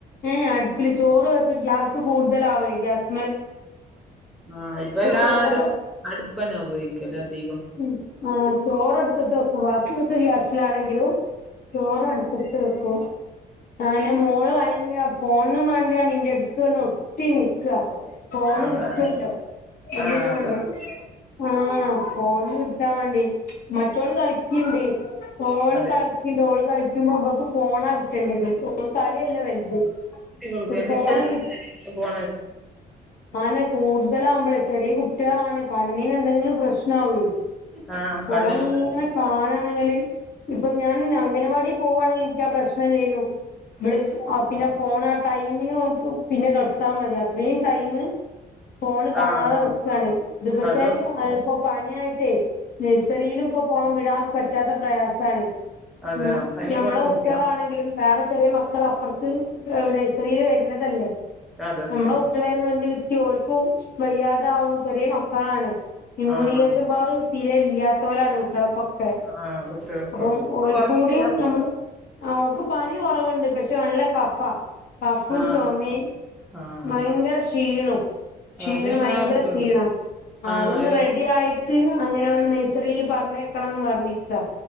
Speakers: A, on the left; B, in the centre.
A: ഏ ഏ അടുപ്പില് ചോറ് വെച്ച ഗ്യാസ് കൂടുതലാവേ ഗ്യാസ്
B: ആഹ് ഇപ്പല്ലാരും
A: ചോറ്
B: അടുപ്പന്നെ ഉപയോഗിക്കൽ അധികം.
A: ഉം ആഹ് ചോറടുപ്പത്ത് വെക്കു വാക്കി മൊത്തം ഗ്യാസിലാണെങ്കിലും ചോറടുപ്പ് ത്ത് വെക്കും ആഹ് ഇൻ്റെ മോള് വയങ്കര ഫോണുനുമാ <unintelligible> ഇൻ്റെടുത്ത് വന്ന് ഒട്ടി നിക്ക ഫോണ്
B: അതാ
A: കിട്ടുവല്ലോ. ഇതിനു
B: ആഹ്
A: വേണ്ട
B: അതൊക്കെ
A: ആഹ് ഫോണ് ട്ടാൻ വേണ്ടി. മറ്റോള് കളിക്കിണ്ട്. ഓള്
B: അതെ
A: കളിക്ക്ണ്ട് ഓള് കളിക്കുമ്പോ ഇവക്ക് ഫോണാ കിട്ടണ്ടത്. ഓ കളിയല്ല വെല്ത്
B: കുട്ടികൾക്ക്
A: ഈ
B: എന്റെ
A: ഫോണ്
B: ചെറുതിന്
A: കിട്ട്
B: ഫോണ്
A: ആനെ കൂടുതലാവുമ്പളെ ചെറിയ കുട്ട്യാളാണ് കണ്ണിനെന്തെങ്കിലും പ്രശ്നാവേ.
B: ആഹ്
A: ഫോണ്ങ്ങനെ
B: കണ്ണിന്
A: കാണാണെങ്കില് ഇപ്പൊ ഞാൻ ഇന് അംഗനവാടി പോവാണെങ്കി ഇൻക്കാ പ്രശ്നല്ലെയ്നു. ഇവ്ള് ആഹ് പിന്നെ ഫോൺ ആ ടൈമിനോൽക്ക് പിന്നെ കെടുത്താ മതി അത്രയും ടൈമ് ഫോണ് കാണാതെ
B: ആഹ്
A: നിക്കാണ് ഇത് പക്ഷെ
B: അത് വെക്കും
A: അഹ് ഇപ്പോ പനിയായിട്ടേ നഴ്സറീലും ഇപ്പ പോആൻ വിടാൻ പറ്റാത്ത പ്രയാസാണ്.
B: അതാ
A: ഉം
B: പനി
A: ഞമ്മളെ
B: കൊറഞ്ഞില്ല
A: കുട്ട്യാളാണെങ്കിലും വേറെ ചെറിയ മക്കളപ്പർത്ത് ഏഹ് നഴസറീൽ വര്ണതല്ലേ
B: അതെക്കും
A: നമ്മള മ്മളേന്ന് ഒന്ന് കിട്ടിയ ഓൽക്കും വയ്യാതാവു ചെറിയ മക്കളാണ്. ഇമ്മുണിയേ
B: ആഹ്
A: റ്റെപാറും തീരെ ഇല്ലാത്തോലാണ് ഉ ട്ട്യാൾക്കൊക്കെ
B: ആഹ് കുട്ടികൾക്ക്
A: അപ്പൊം ഓല്കൂടി
B: കൊറഞ്ഞിട്ടില്ല
A: നമ്മൾ ആഹ് ഓക്ക് പനി ക്കുറവുണ്ട് പക്ഷെ നല്ല കഫാ. കഫും,
B: ആഹ്
A: ചൊമേം
B: ആഹ്
A: ഭയങ്കര ക്ഷീണം ക്ഷീണം
B: അതെല്ലായിടത്തുണ്ട്
A: ഭയങ്കര ക്ഷീണം അതൊന്ന്
B: ആഹ് എല്ലാ
A: റെഡിയായി ട്ട് അങ്ങനെ ഓ നഴ്സറിൽ പറഞ്ഞയക്കണം ന്ന് പറഞ്ഞിട്ട് നിക്കാ